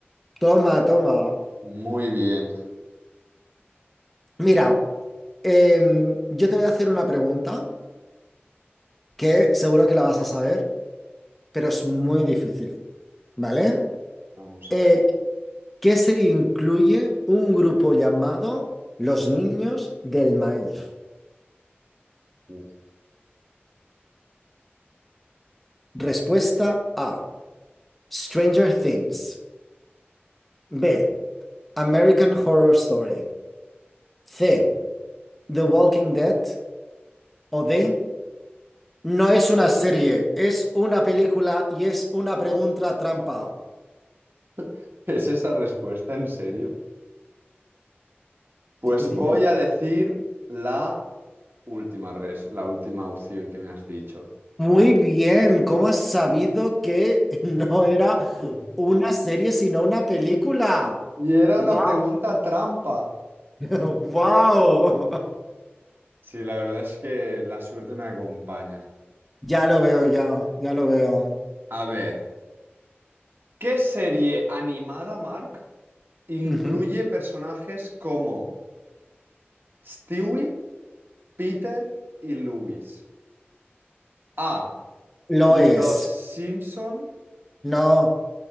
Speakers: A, in the centre; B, on the right.
A: Toma, toma.
B: Muy bien.
A: Mira, em, yo te voy a hacer una pregunta. que seguro que la vas a saber, pero es muy difícil, ¿vale?
B: Vamos
A: Eh,
B: a ver.
A: ¿qué serie incluye un grupo llamado Los Niños del Maíz?
B: Uf.
A: Respuesta A, Stranger Things. B, American Horror Story. C, The Walking Dead. O D, no es una serie, es una película y es una pregunta trampa.
B: <laughs> ¿Es esa respuesta en serio? Pues
A: Tú dime.
B: voy a decir la última res, la última opción que me has dicho.
A: Muy bien, ¿cómo has sabido que <laughs> no era
B: Ujú.
A: una serie sino una película?
B: Y era
A: ¡Wow!
B: una pregunta trampa.
A: <laughs> ¡Wow!
B: Sí, la verdad es que la suerte me acompaña.
A: Ya lo veo, ya, ya lo veo.
B: A ver, ¿qué serie animada, Mark, incluye
A: Ujú.
B: personajes como Stewie, Peter y Louis? A.
A: Lo
B: Los
A: es.
B: Simpson.
A: No,